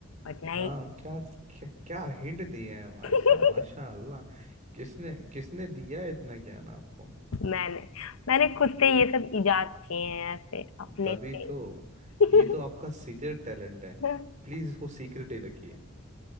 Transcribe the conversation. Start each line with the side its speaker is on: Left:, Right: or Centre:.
Left: बट नहीं
Right: हाँ क्या क्या, क्या हिंट दिया है भाई
Left: <laughs>
Right: साहब माशाल्लाह किसने किसने दिया है इतना ज्ञान आपको
Left: मैंने मैंने खुद से ये सब इजाद किए हैं ऐसे अपने
Right: तभी
Left: से
Right: तो
Left: <laughs>
Right: ये तो आपका सीक्रेट टैलेंट है
Left: <laughs>
Right: प्लीज इसको सीक्रेट ही रखिए